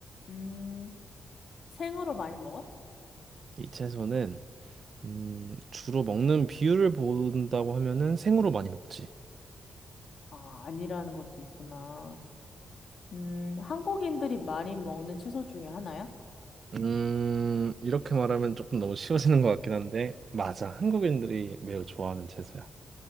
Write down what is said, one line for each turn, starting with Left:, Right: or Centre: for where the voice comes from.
Left: 음, 생으로 많이 먹어?
Right: 이 채소는 음, 주로 먹는 비율을 본다고 하면은 생으로 많이 먹지.
Left: 아, 아니라는 것도 있구나. 음, 한국인들이 많이 먹는 채소 중에 하나야?
Right: 음, 이렇게 말하면 조금 너무 쉬워지는 것 같긴 한데, 맞아. 한국인들이 매우 좋아하는 채소야.